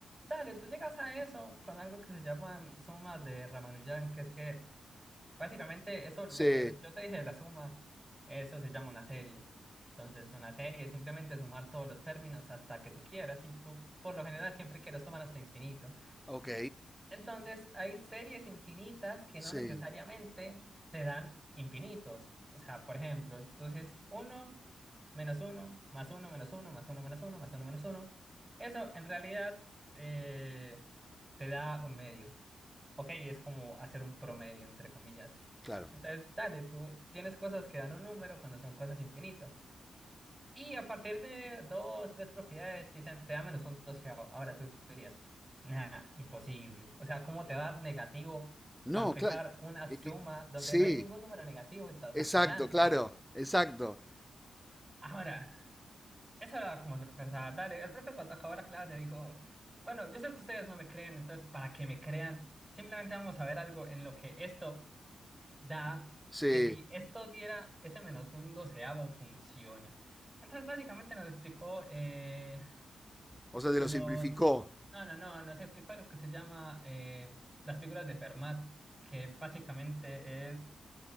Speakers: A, on the right (about 20°); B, in the centre.
A: dale, tú llegas a eso con algo que se llaman sumas de Ramanujan, que es que Básicamente, eso, lo
B: Sí,
A: que yo te dije de la suma, eso se llama una serie. Entonces, una serie es simplemente sumar todos los términos hasta que tú quieras y tú, por lo general, siempre quieres sumar hasta infinito.
B: ok,
A: Entonces, hay series infinitas que
B: sí,
A: no necesariamente te dan infinitos. O sea, por ejemplo, entonces uno menos uno más uno menos uno más uno menos uno más uno menos uno, Eso en realidad eh, te da un medio. Ok, es como hacer un promedio, entre comillas.
B: claro.
A: Entonces, dale, tú tienes cosas que dan un número cuando son cosas infinitas. Y a partir de dos, tres propiedades, dicen, te da menos un doceavo. Ahora tú dirías, nada, imposible. O sea, ¿cómo te va a dar negativo
B: No,
A: para empezar
B: claro,
A: una suma
B: es que.
A: donde
B: Sí,
A: no hay ningún número negativo y ta- vas
B: exacto,
A: para adelante?
B: claro, exacto.
A: Ahora, eso era como lo que pensaba. Dale, el profe cuando acabó la clase dijo, bueno, yo sé que ustedes no me creen, entonces para que me crean, simplemente vamos a ver algo en lo que esto da,
B: Sí,
A: que si esto diera ese menos un doceavo, funciona. Entonces, básicamente nos explicó... Eh,
B: o sea, te
A: Los...
B: lo simplificó.
A: No, no, no, nos explicó lo que se llama eh, las figuras de Fermat, que básicamente es,